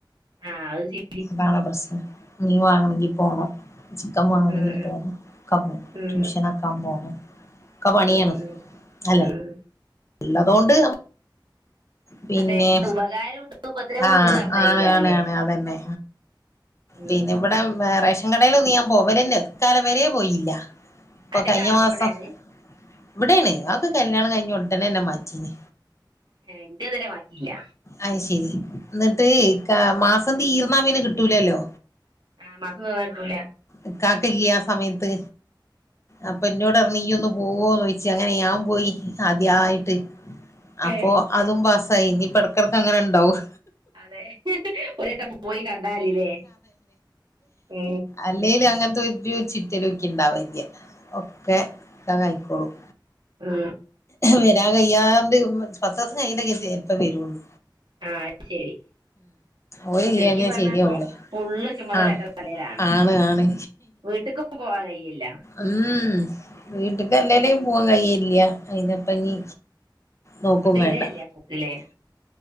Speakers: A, on the right (about 70°); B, on the left (about 35°).
A: ആ അതും സു... -
B: താണ് പ്രശ്നം മീൻ വാങ്ങണെങ്കി പോണം ചിക്കൻ വാങ്ങണെങ്കി
A: ഉം, ഉം,
B: പോണം ക്ക പോണം
A: ഉം,
B: ട്യൂഷന്. അക്കാ പോണം ക്ക പണിയാണ്
A: ഉം,
B: അല്ലല്ലേ
A: ഉം.
B: ഉള്ളതൊണ്ട് പിന്നെ
A: അതെ ഉപകാരമുണ്ട് ഉപദ്രവം
B: ആഹ്
A: ഉണ്ട് എന്ന് പറഞ്ഞ
B: ആണ്
A: ഐഡിയ ആണല്ലേ
B: ആണ് ആണ് അതന്നെ
A: ഉം.
B: പിന്നെ ഇവിടെ റേഷൻ കടൽ ഒന്നും ഞാൻ പോവലന്നെ ഈ കാല വര പോയില്ല ഇപ്പൊ
A: അന്റെ
B: കഴിഞ്ഞ
A: കാടൊക്കെ
B: മാസം
A: ഇവിടെയാണ്
B: ഇവിടൊണ് ആഹെക്കെ കല്യാണം കഴിഞ്ഞ ഉടനെന്നെ മാറ്റിന്
A: ഹെ എന്റെതെരെ മാറ്റിയില്ല
B: അഹ് ശരി എന്നിട്ട് ക മാസം തീർന്നാ പിന്നെ കിട്ടൂലല്ലോ
A: ആഹ് മാസം <unintelligible> കിട്ടൂല
B: ഇക്കാക്കാ ഇല്ല ആസമയത്ത് അപ്പൊ എന്നോട് പറഞ്ഞു ഈ ഒന്ന് പോവോ ചോയിച്ചു അങ്ങനെ ഞാൻ പോയി ആദ്യയിട്ട് അപ്പൊ
A: ഏ
B: അതും പാസായി ഇനിയിപ്പടക്കിടക്ക അങ്ങനെ ഇണ്ടാവും
A: അതെ ഹി ഹി ഒരു വട്ടം പോയി കണ്ടാല്ല്ലേ ഉ
B: അല്ലേൽ അങ്ങനത്തെ ഒരു ചിറ്റലും ഇക്ക് ഇണ്ടാവാലില്ല ഒക്കെ ഇക്കകായിക്കോളും
A: ഹ്
B: വരാൻ കയ്യാണ്ട് പത്ത് ദിവസം കഴിഞ്ഞൊക്കെ ചിലപ്പോ വരുള്ളു
A: ആഹ് അഹ്ശരി
B: ഓലില്ലാഞ്ഞാ
A: ഇപ്പൊ ചുരുക്കി പറഞ്ഞപ്പൊ
B: ശരിയാവൂല
A: ഫുള്ള് ചുമതല
B: ആഹ്
A: ഏന്റെ തലയിലാണ്
B: ആണ് ആണ്
A: വീട്ടക്ക് പോവാൻ കയില്ല
B: ഉം വീട്ടക്ക്ല്ലല്ലെ പോവാൻ കഴയില്ല അഴിന്നിപ്പന്നി നോക്കും
A: ഇപ്പം തീരെയില്ല
B: വേണ്ട
A: പോക്കില്ലേ